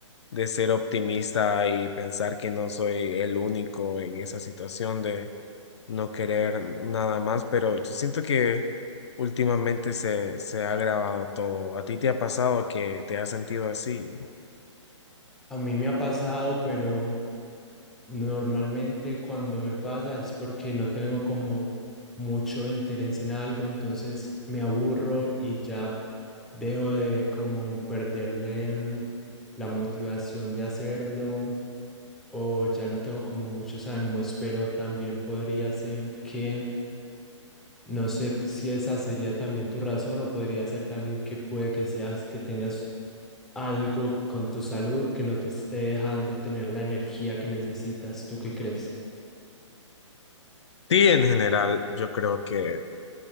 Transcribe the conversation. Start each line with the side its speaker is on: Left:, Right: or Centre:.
Left: de ser optimista y pensar que no soy el único en esa situación de no querer nada más, pero yo siento que últimamente se, se ha agravado todo. ¿A ti te ha pasado que te has sentido así?
Centre: A mí me ha pasado, pero normalmente cuando me pasa es porque no tengo como mucho interés en algo, entonces me aburro y ya dejo de como perderle mm, la motivación de hacerlo o ya no tengo como muchos ánimos, pero también podría ser que no sé si esa sería también tu razón o podría ser también que puede que seas que tengas algo con tu salud que no te esté dejando tener la energía que necesitas. ¿Tú qué crees?
Left: Sí, en general, yo creo que,